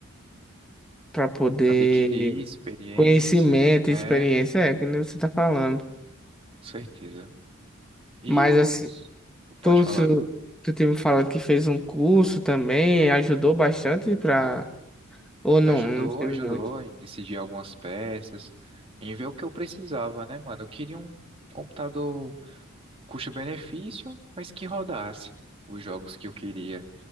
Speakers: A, in the centre; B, on the right.
A: para poder
B: Adquirir experiência,
A: conhecimento,
B: né?
A: e experiência,
B: Com
A: é que nem você tá falando.
B: certeza. E
A: Mas
B: os.
A: assim,
B: Pode
A: tu,
B: falar.
A: tu tu tinha me falado que fez um curso também, ajudou bastante para ou não,
B: Ajudou,
A: não teve
B: ajudou
A: muito.
B: em decidir algumas peças, em ver o que eu precisava, né, mano? Eu queria um computador custo-benefício, mas que rodasse os jogos que eu queria.